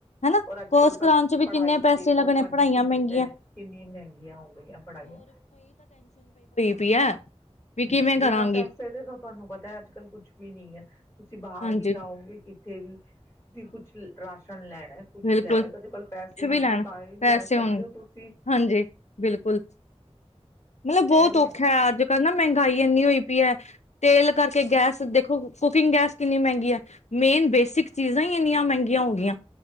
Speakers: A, on the left; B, on the left.
A: ਹਨਾ
B: ਔਰ ਅੱਜ
A: ਕੋਰਸ
B: ਕੱਲ
A: ਕਰਾਣ
B: ਤਾਂ
A: ਚ ਵੀ
B: ਪੜ੍ਹਾਈ
A: ਕਿੰਨੇ ਪੈਸੇ
B: ਦੇਖੋ
A: ਲੱਗਣੇ
B: ਤੁਹਾਨੂੰ
A: ਪੜ੍ਹਾਈਆਂ
B: ਕਿੰਨੀ
A: ਮਹਿੰਗੀਆਂ।
B: ਪੈ ਕਿੰਨੀ ਮਹਿੰਗੀਆਂ ਹੋ ਗਈਆਂ ਪੜ੍ਹਾਈਆਂ।
A: ਪਿਆ ਹੈ। ਵੀ
B: ਹਮ
A: ਕਿਵੇਂ
B: ਬਿਨਾਂ
A: ਕਰਾਂਗੀ
B: ਪੈਸੇ ਦੇ ਤਾਂ ਤੁਹਾਨੂੰ ਪਤਾ ਹੈ, ਅੱਜ ਕੱਲ ਕੁਛ ਵੀ ਨੀ ਹੈ ਤੁਸੀਂ ਬਾਹਰ
A: ਹਾਂਜੀ
B: ਵੀ ਜਾਓਗੇ ਕਿੱਥੇ ਵੀ, ਬਿਲ ਰਾਸ਼ਨ ਲੈਣਾ ਕੁਛ
A: ਬਿਲਕੁਲ
B: ਲੈਣਾ ਤੁਹਾਡੇ ਕੋਲ ਪੈਸੇ
A: ਕੁਛ
B: ਹੋਵਗੇ,
A: ਵੀ ਲੈਣ
B: ਤਾਂ ਹੀ
A: ਪੈਸੇ
B: ਲੈ ਸਕਦੇ
A: ਹੋਣ
B: ਹੋ ਤੁਸੀਂ
A: ਹਾਂਜੀ ਬਿਲਕੁਲ ਮਤਲਬ ਬਹੁਤ
B: ਐਵੇਂ
A: ਔਖਾ
B: ਆ।
A: ਹੈ ਅੱਜ ਕੱਲ੍ਹ ਨਾ ਮਹਿੰਗਾਈ ਇੰਨੀ ਹੋਈ ਪਈ ਹੈ, ਤੇਲ ਕਰਕੇ ਗੈਸ ਦੇਖੋ ਕੁਕਿੰਗ ਗੈਸ ਕਿੰਨੀ ਮਹਿੰਗੀ ਹੈ, ਮੇਨ ਬੇਸਿਕ ਚੀਜ਼ਾਂ ਹੀ ਇੰਨੀਆਂ ਮਹਿੰਗੀਆਂ ਹੋ ਗਿਆਂ।